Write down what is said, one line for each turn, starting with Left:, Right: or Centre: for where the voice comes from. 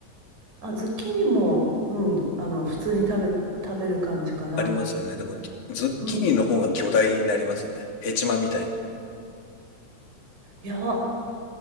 Right: あ、ズッキーニも、うん、あの、普通に食べ、食べる感じかな。
Left: ありますよね。でも、きズッキーニの方が巨大になりますよね。
Right: うん。
Left: ヘチマみたいに。
Right: いや、